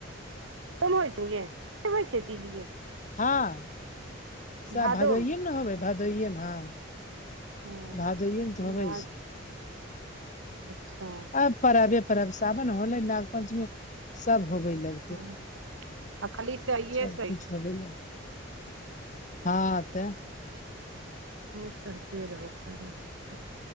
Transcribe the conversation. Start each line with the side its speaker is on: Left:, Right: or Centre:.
Right: कोन होइ छै गे कोना होइ छै तीज गे
Left: हँ सब
Right: भादोमे
Left: भादोइयेमे ने होबै भादोइयेमे हँ
Right: हँ
Left: भादोइयेमे तऽ
Right: भाग
Left: होवै छै
Right: अच्छा
Left: अब परबे परब सावन होलै नाग पंचमी सब होबै लग
Right: हँ आ खाली सहिये
Left: सब
Right: सही
Left: कुछ
Right: छै
Left: होबे लग हँ तऽ
Right: खुब सहते रहु खाली आरकी